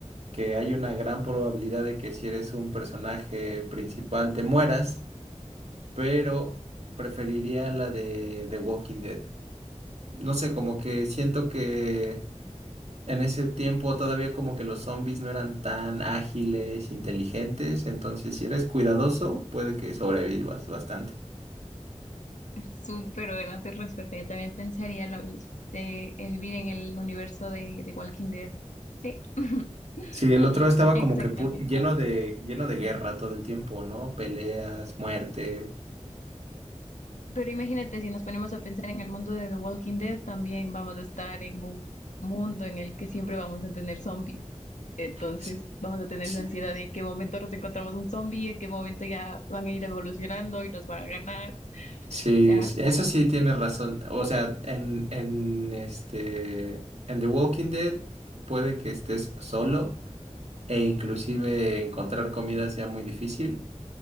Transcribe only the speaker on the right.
que hay una gran probabilidad de que si eres un personaje principal te mueras, pero preferiría la de The Walking Dead. No sé, como que siento que en ese tiempo todavía como que los zombies no eran tan ágiles, inteligentes, entonces si eres cuidadoso, puede que sobrevivas bastante.
Sí, el otro estaba
como que pu- lleno de, lleno de guerra todo el tiempo, ¿no? Peleas, muerte.
Sí,
sí,
sí,
sí, eso sí tienes razón. O sea, en, en este, en The Walking Dead puede que estés solo e inclusive encontrar comida sea muy difícil.